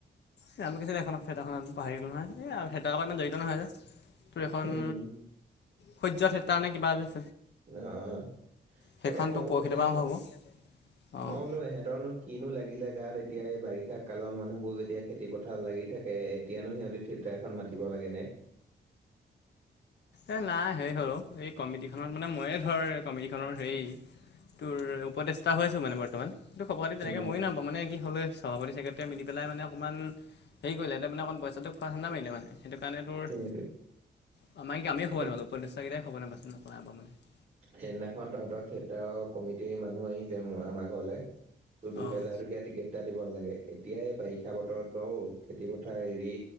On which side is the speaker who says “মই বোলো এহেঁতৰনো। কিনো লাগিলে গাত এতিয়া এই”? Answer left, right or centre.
Right